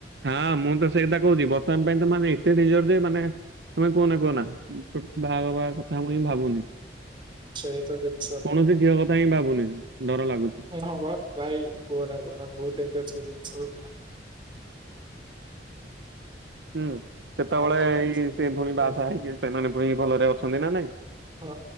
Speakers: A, on the right; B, on the right.
A: ହଁ ମୁଁ ତ ସେଇକଥା କହୁଛି, ବର୍ତ୍ତମାନ ପାଇଁ ତ ମାନେ ଏତେ ଡେଞ୍ଜର ଯେ ମାନେ ତମେ କୁହନା କୁହନା ବାହାହବା କଥା ମୁଇ ଭାବୁନି।
B: ସେଇତ ଜିନିଷ।
A: କୌଣସି ଝିଅ କଥା ହିଁ ଭାବୁନି। ଡର ଲାଗୁଛି।
B: ହଁ ବା ଭାଇ କୁହନା କୁହନା ବହୁତ ଡେଞ୍ଜର ଜିନିଷ ଗୁଡାକ
A: ହୁଁ ସେତେବେଳେ
B: ଆଉ କଣ
A: ଏଇ
B: ଅଛି
A: ସେ ଫୁଣି ବାହା
B: ହୁଁ
A: ସା ହେଇକି ସେମାନେ ଫୁଣି ଭଲରେ ଅଛନ୍ତି ନା ନାଇଁ?
B: ହଁ